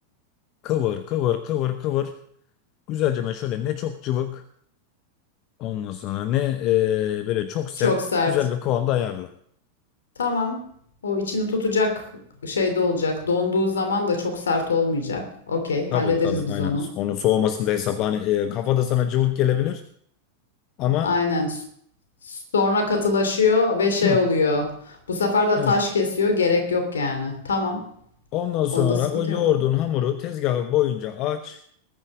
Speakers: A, on the left; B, on the left.
A: kıvır kıvır kıvır kıvır. Güzelce ben şöyle ne çok cıvık ondan sonra ne e, böyle çok sert
B: Çok sert.
A: güzel bir kıvamda ayarla.
B: Tamam. O içini tutacak şeyde olacak. Donduğu zaman da çok sert olmayacak. Okey, hallederiz
A: Tabii tabii aynen.
B: biz onu.
A: Onun soğumasında hesapla. Hani, e, kafada sana cıvık gelebilir ama
B: Aynen. S- Sonra katılaşıyor ve şey
A: hı,
B: oluyor. Bu sefer de
A: evet.
B: taş kesiyor. Gerek yok yani. Tamam.
A: Ondan sonra
B: Onda sıkıntı
A: o yoğurdun
B: yok.
A: hamuru tezgahın boyunca aç.